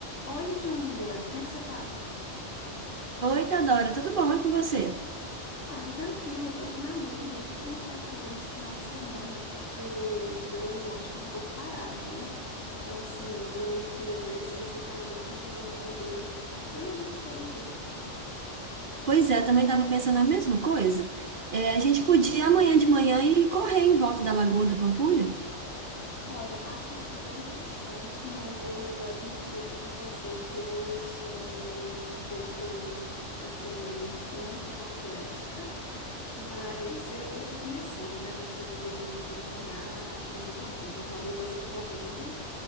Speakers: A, on the left; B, on the right.
A: Oi, Júlia, como é que você tá?
B: Oi, Teodora, tudo bom? É com você?
A: Ah, tô tranquilo, tô aqui na dúvida, o que é que a gente vai fazer nesse final de semana, porque Belo Horizonte tá um pouco parado, né? Então, assim, eu queria ver se você tá livre pra gente poder fazer alguma coisa.
B: Pois é, eu também estava pensando a mesma coisa. É, a gente podia amanhã de manhã ir correr em volta da Lagoa da Pampulha?
A: Olha, acho super interessante, mas eu vou admitir aqui com você que eu sou um pouco, assim, não tão atlética, mas eu, eu tô começando, né, nessa vida de, de caminhar e de correr. Então, talvez você correndo